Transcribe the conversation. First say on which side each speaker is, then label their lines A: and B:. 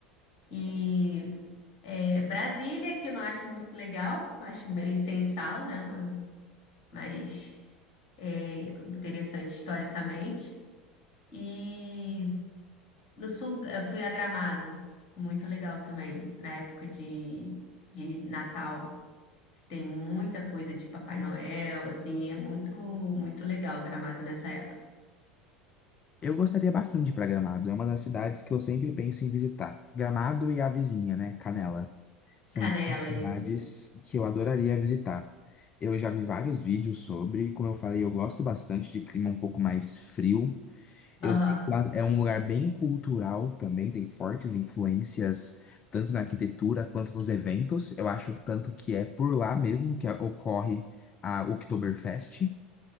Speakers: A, on the left; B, on the left.
A: E É, Brasília, que eu não acho muito legal, acho meio sem sal, né? Mas, mas é interessante historicamente. E no sul eu fui a Gramado, muito legal também, na época de, de Natal, que tem muita coisa de Papai Noel, assim, é muito, muito legal o Gramado nessa época.
B: Eu gostaria bastante de ir para Gramado. É uma das cidades que eu sempre penso em visitar. Gramado e a vizinha, né? Canela. São
A: Canela,
B: duas cidades
A: isso.
B: que eu adoraria visitar. Eu já vi vários vídeos sobre, como eu falei, eu gosto bastante de clima um pouco mais frio. Eu
A: Aham,
B: sei que lá é um lugar bem cultural também, tem fortes influências tanto na arquitetura quanto nos eventos. Eu acho que tanto que é por lá mesmo que ocorre a Oktoberfest.